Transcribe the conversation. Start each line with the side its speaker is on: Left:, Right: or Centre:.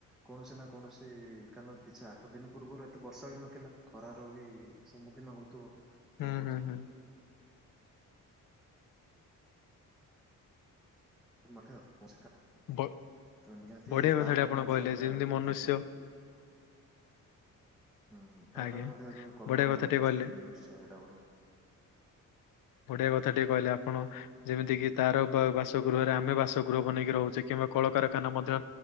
Centre: କୌଣସି ନା କୌଣସି କାରଣ କିଛି ଆଠ ଦିନ ପୂର୍ବରୁ ଏତେ ବର୍ଷା ବି ନଥିଲା ଖରାର ବି ସମ୍ମୁଖୀନ ହଉଥିବ। ତ
Left: ହଁ
Centre: ବୋଧେ
Left: ହଁ ହଁ।
Centre: ଆ କୌଣସି
Left: ବ
Centre: ତ ନିହାତି
Left: ବଢିଆ କଥାଟେ
Centre: ତା ପାଇଁ
Left: ଆପଣ
Centre: ମଧ୍ୟ
Left: କହିଲେ
Centre: ଏକ
Left: ଯେମିତି
Centre: ଏକ
Left: ମନୁଷ୍ୟ
Centre: ହୁଁ ହୁଁ ତା
Left: ଆଜ୍ଞା
Centre: ପାଇଁ ମଧ୍ୟ ଏକ କରୁଣମୟ
Left: ବଢିଆ କଥାଟେ
Centre: ଦୃଷ୍ଟି
Left: କହିଲେ।
Centre: ଦୃଶ୍ୟ ଏଇଟା ଗୋଟେ।
Left: ଗୋଡିଆ କଥା ଟିକେ କହିଲେ ଆପଣ ଯେମିତି କିି ତାର ବାସଗୃହରେ ଆମେ ବାସଗୃହ ବନେଇକି ରହୁଛେ। କିମ୍ବା କଳକାରଖାନା ମଧ୍ୟ